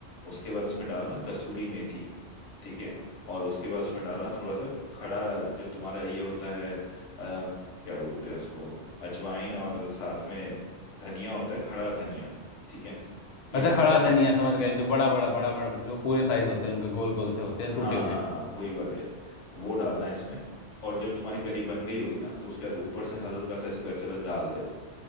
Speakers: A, on the left (about 75°); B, on the left (about 60°).
A: उसके बाद उसमें डालना कसूरी मेथी ठीक है और उसके बाद उसमें डालना थोड़ा सा खड़ा जो तुम्हारा ये होता है अ, क्या बोलते हैं उसको अजवाइन और साथ में धनिया होता है खड़ा धनिया ठीक है ये
B: अच्छा
A: हरा
B: खड़ा
A: वाला
B: धनिया समझ गए जो बड़ा बड़ा बड़ा बड़ा जो पूरे साइज होते हैं उनके गोल गोल से होते हैं
A: हाँ
B: टूटे हुए
A: हाँ वही वाले वो डालना है इसमें और जब तुम्हारी करी बन गई होगी ना तो उसके बाद ऊपर से हल्का सा इसको ऐसे बस डाल देना